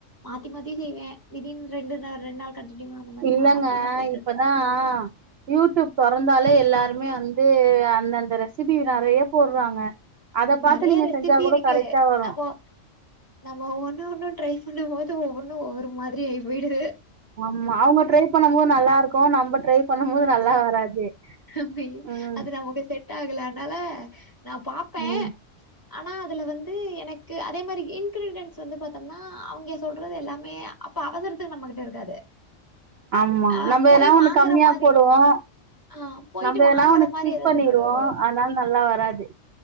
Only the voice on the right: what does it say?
இல்லங்க
இப்பதா யூடியூப் தொறந்தாலே எல்லாருமே வந்து அந்தந்த ரெசிபி நெறைய போடுறாங்க அத பாத்து
நீங்க
செஞ்சா கூட
கரக்டா வரு
ஆமா அவுங்க ட்ரை பண்ண போது நல்லா இருக்கு நம்ம ட்ரை பண்ணும்போது நல்லா வராது
ம்
ம்
ஆமா
நம்ம
எதுன்னா ஒன்னு
கம்மியா
போடுவோ
நம்ம எதுன்னா
ஒன்னு ஸ்கிப்
பண்ணிருவோ
அதுனால நல்லா வராது